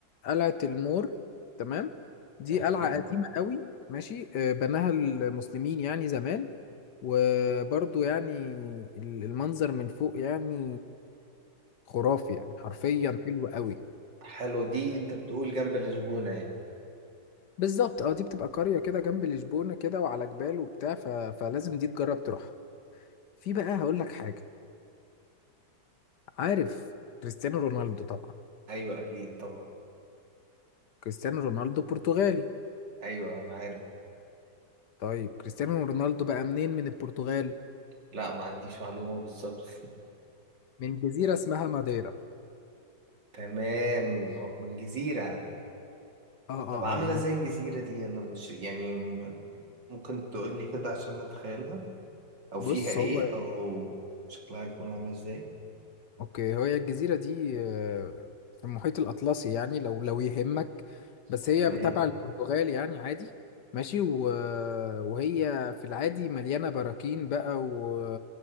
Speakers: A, on the left; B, on the right.
A: قلعة المور تمام دي
B: تمام
A: قلعة قديمة قوي ماشي آه، بناها المسلمين يعني زمان وبرضو يعني ال- المنظر من فوق يعني خرافي يعني حرفيا حلو قوي
B: حلو دي انت بتقول جنب الزبونة يعني
A: بالظبط اه دي بتبقى قرية كده جنب لشبونة كده وعلى جبال وبتاع ف... فلازم دي تجرب تروحها في بقى هقول لك حاجة عارف كريستيانو رونالدو طبعا
B: ايوه اكيد طبعا
A: كريستيانو رونالدو برتغالي
B: ايوه انا عارف
A: طيب كريستيانو رونالدو بقى منين من البرتغال
B: لا ما عنديش معلومة بالظبط <laughs>
A: من جزيرة اسمها ماديرا
B: تمام هو من جزيرة
A: اه
B: طب
A: اه
B: عاملة
A: اه جزيرة
B: زي الجزيرة دي انا مش يعني م- ممكن تقولي كده عشان اتخيلها او فيها
A: بص
B: ايه
A: هو
B: او شكلها يكون عامل ازاي
A: اوكي هي الجزيرة دي آه، في المحيط الأطلسي يعني لو لو يهمك بس
B: تمام
A: هي تبع البرتغال يعني عادي ماشي و... وهي في العادي مليانة براكين بقى و...